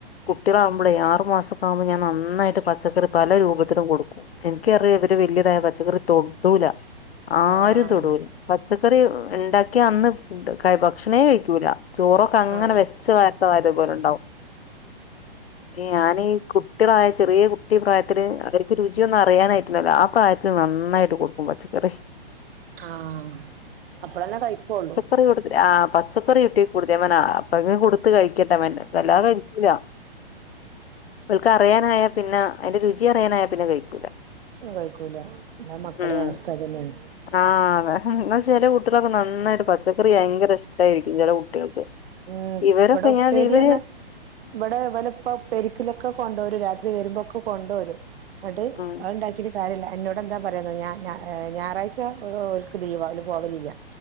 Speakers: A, on the left; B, on the right.
A: കുട്ടിയളാവുമ്പളെ ആറ് മാസക്കാവുമ്പോ ഞാൻ നന്നായിട്ട് പച്ചക്കറി പല രൂപത്തിലും കൊടുക്കും എന്ക്കറിയാ ഇവര് വെല്ല്യതായാ പച്ചക്കറി തൊടൂല ആരും
B: ആഹ്
A: തൊടൂല പച്ചക്കറി ഉം ഇണ്ടാക്കിയന്ന് ഫുഡ് കഴി ഭക്ഷണേ കഴിക്ക്യൂലാ ചോറൊക്കെ അങ്ങനെ
B: ആഹ്
A: വെച്ച് <unintelligible> പോലെ ഇണ്ടാവും ഈ ഞാനീ കു ട്ടിളായ ചെറിയ കുട്ടി പ്രായത്തില് അവർക്ക് രു ചിയൊന്നും അറിയാനായിട്ട്ണ്ടാവുല്ലാ ആ പ്രായത്തില് നന്നായിട്ട് കൊടുക്കും പച്ചക്കറി
B: ആഹ് അപ്പളന്നെ കഴിക്കോള്ളു
A: ക്കറി കൊടുത്തിട്ട് ആഹ് പച്ചക്കറി ഇട്ടി കൊടുത്തേമ്മനാ അപ്പൊ അങ്ങനെ കൊടുത്ത് കഴിക്കട്ടെ <unintelligible> വല്ലാതെ കഴിക്കൂലാ ഓല്ക്ക് അറിയാനായാ പിന്നെ അയിന്റെ രുചി അറിയാനായാ പിന്നെ കഴിക്കൂല
B: ന്നും കഴിക്കൂല എല്ലാ മക്കളെ
A: ഉം
B: അവസ്ഥ അതന്നേണ്
A: ആഹ് അതെ എന്നാ ചെലെ കുട്ടിയളെക്കെ നന്നായി ട്ട് പച്ചക്കറി ഭയങ്കര ഇഷ്ടായിരിക്കും ചെലെ കുട്ടികൾക്ക്
B: ഉം
A: ഇവരൊക്കെ
B: ഇവടെ ഉപ്പേരി
A: ഞാൻ ഇവര്
B: എന്നാ ഇവടെ ഇവലെ ഉപ്പ ഉപ്പേരി ക്ക്ലൊക്കെ കൊണ്ടോരും രാത്രി വെരുമ്പോക്കെ കൊണ്ടോരും അട്
A: ഉം
B: അഹ് ഇണ്ടാക്കീട്ട് സാരല്ല എന്നോടെന്താ പറയാന്നോ ഞാൻ ഞാ ഏഹ് ഞായറാഴ്ച <unintelligible> ഓല്ക്ക് ലീവാ ഓല് പോവല്ലില്ല